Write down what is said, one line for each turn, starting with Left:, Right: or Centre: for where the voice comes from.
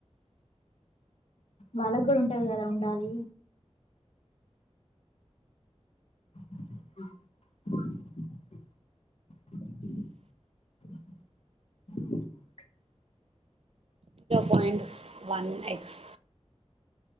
Left: వాళ్ళకు కూడా ఉంటది కదా ఉండాలి అ అ అ
Right: పాయిట్ వన్ ఎస్